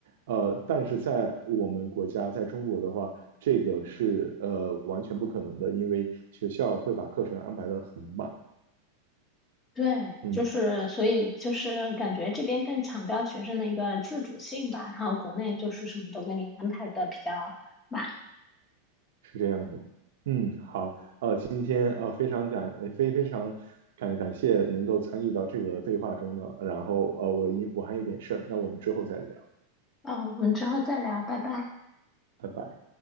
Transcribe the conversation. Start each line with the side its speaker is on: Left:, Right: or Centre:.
Right: 呃，但是在我们国家，在中国的话，这个是呃完全不可能的，因为学校会把课程安排的很满。
Left: 对，
Right: 嗯，
Left: 就是，所以就是感觉这边更强调学生的一个自主性吧，然后国内就是什么都给你安排的比较满。
Right: 是这样的。嗯，好，今天呃非常感呃非非常感感谢能够参与到这个对话中呢。然后呃我因我还有点事儿，那我们之后再聊，
Left: 嗯，我们之后再聊，拜拜。
Right: 拜拜。